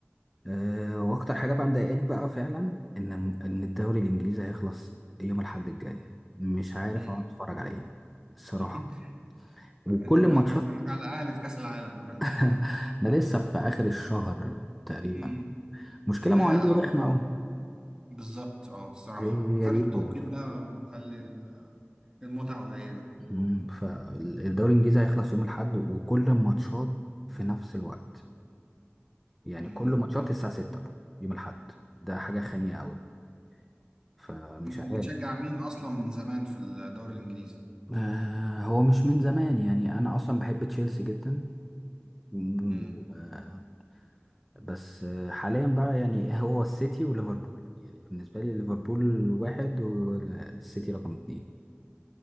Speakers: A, in the centre; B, on the right.
A: آه واكتر حاجة بقى مضايقاني بقى فعلا ان ان الدوري الانجليزي هيخلص يوم الاحد الجاي مش عارف
B: مم.
A: اقعد اتفرج على ايه الصراحة
B: <laughs>
A: وكل
B: إن-
A: الماتشات
B: نتفرج على الاهلي في كاس العالم بقى اللي-
A: <laughs> ده لسه في اخر الشهر تقريبا
B: امم
A: مشكلة
B: في
A: مواعيده
B: اه
A: رخمة
B: فرق-
A: أوي
B: بالظبط اه الصراحه
A: هي
B: فرق
A: دي
B: التوقيت
A: ال-
B: ده مخلي ال- المتعه قليله
A: مم، فالدوري الإنجليزي هيخلص يوم الأحد وكل الماتشات في نفس الوقت يعني
B: امم
A: كل ماتشات الساعة 6 يوم الأحد ده حاجة خانية أوي فمش
B: انت
A: عارف
B: بتشجع مين اصلا من زمان في الدوري الانجليزي
A: آه هو مش من زمان يعني أنا أصلا بحب تشيلسي جدا مم،
B: امم
A: آه بس آه، حاليا بقى يعني هو السيتي وليفربول يعني بالنسبة لي ليفربول واحد والسيتي رقم اتنين